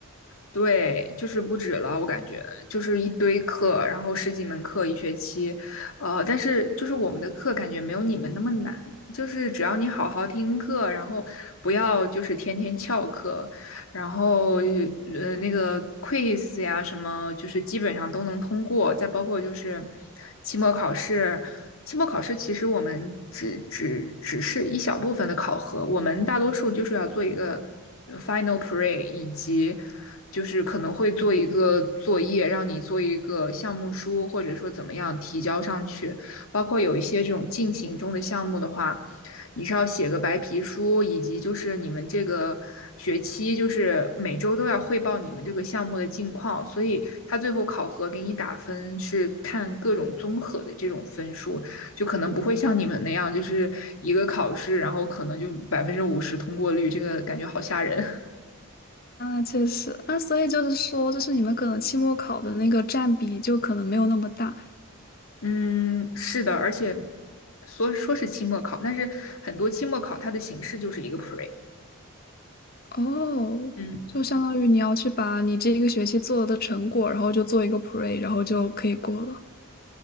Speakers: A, on the left; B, on the left.
A: 对，就是不止了，我感觉就是一堆课，然后十几门课一学期，呃，但是就是我们的课感觉没有你们那么难，就是只要你好好听课，然后不要就是天天翘课，然后呃那个 quiz 呀什么，就是基本上都能通过，再包括就是期末考试，期末考试其实我们只只只是一小部分的考核，我们大多数就是要做一个 final pre 以及。就是可能会做一个作业，让你做一个项目书，或者说怎么样提交上去。包括有一些这种进行中的项目的话，你是要写个白皮书，以及就是你们这个学期就是每周都要汇报你们这个项目的近况，所以他最后考核给你打分是看各种综合的这种分数，就可能不会像你们那样，就是一个考试，然后可能就百分之五十通过率，这个感觉好吓人。
B: 啊，确实，那所以就是说，就是你们可能期末考的那个占比就可能没有那么大
A: 嗯，是的，而且说说是期末考，但是很多期末考它的形式就是一个 pre。
B: 哦，
A: 嗯
B: 就相当于你要去把你这一个学期做的成果，然后就做一个 pre，然后就可以过了